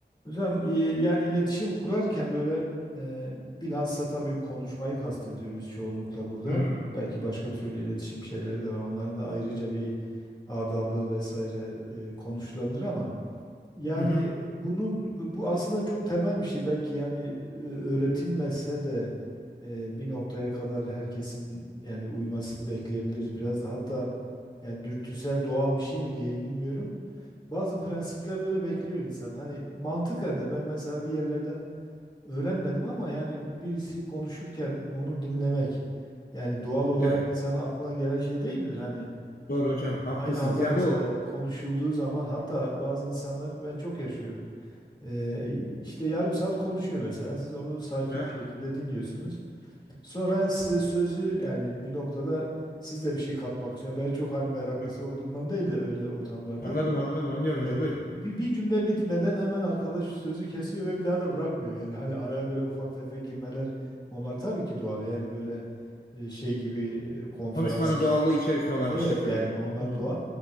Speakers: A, on the left (about 25°); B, on the left (about 55°).
A: Hocam e, yani iletişim kurarken böyle e, bilhassa tabii konuşmayı kastediyoruz biz çoğunlukla burada.
B: Hı hı,
A: Belki başka türlü iletişim şeyleri de var. Onların da ayrıca bir adabı vesaire e, konuşulabilir ama yani
B: hı hı.
A: bunun bu bu aslında çok temel bir şey. Belki yani e, öğretilmezse de e, bir noktaya kadar herkesin yani uymasını bekleyebiliriz. Biraz da hatta yani dürtüsel doğal bir şey mi diyeyim bilmiyorum. Bazı prensipler böyle bekliyor insan. Hani mantıken de ben mesela bir yerlerden öğrenmedim ama yani birisi konuşurken onu dinlemek yani doğal olarak
B: Evet.
A: insanın aklına gelen şey değil midir? Hani
B: Doğru hocam. Haklısınız.
A: aynı anda
B: Yani
A: mesela
B: bu
A: konuşulduğu zaman hatta bazı insanlar ben çok yaşıyorum. Ee, işte yarım saat konuşuyor mesela. Siz onu sakin
B: He? Hı
A: bir şekilde dinliyorsunuz. Sonra size sözü yani bir noktada siz de bir şey katmak istiyorsunuz. Ben çok hani meraklısı
B: hı.
A: olduğumdan değil de öyle ortamlarda.
B: Anladım anladım. Anlıyorum hocam.
A: E,
B: Buyurun.
A: bir, bir cümle bitmeden hemen arkadaş sözü kesiyor ve bir daha da bırakmıyor. Yani hani araya böyle ufak tefek girmeler onlar tabii ki doğal. Yani böyle e, şey gibi e, konferans.
B: Konuşmanın
A: iş-
B: doğallığı içerisinde olan
A: Evet
B: bir şey tabii
A: yani
B: ki.
A: onlar
B: Hı.
A: doğal.